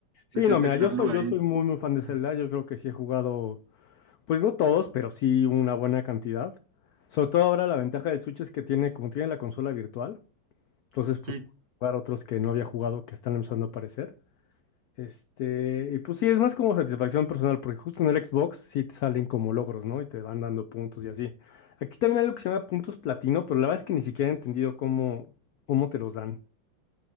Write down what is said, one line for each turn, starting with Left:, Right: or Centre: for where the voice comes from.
Left: Sí,
Right: pues
Left: no,
Right: es
Left: mira,
Right: de estarlo
Left: yo soy,
Right: ahí.
Left: yo soy muy, muy fan de Zelda.
Right: Ah,
Left: Yo creo que sí he jugado, pues no todos, pero sí una buena cantidad. Sobre todo ahora la ventaja del Switch es que tiene, como tiene la consola virtual. Entonces, pues,
Right: Sí,
Left: jugar otros que no había jugado que están empezando a aparecer. Este, y pues sí, es más como satisfacción personal, porque justo en el Xbox sí te salen como logros, ¿no? Y te van dando puntos y así. Aquí también hay algo que se llama puntos platino, pero la verdad es que ni siquiera he entendido cómo, cómo te los dan.